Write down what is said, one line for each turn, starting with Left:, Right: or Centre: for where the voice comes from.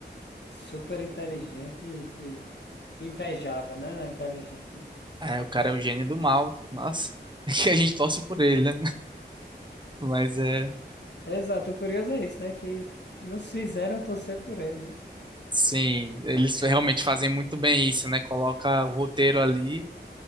Left: super inteligente e e invejável, né? Na inteligência.
Right: É, o cara é o gênio do mal, nossa, <laughs> que a gente torce por ele, né? Mas é,
Left: Exato, o curioso é isso, né? Que nos fizeram torcer por ele, né?
Right: sim, eles realmente fazem muito bem isso, né? Coloca o roteiro ali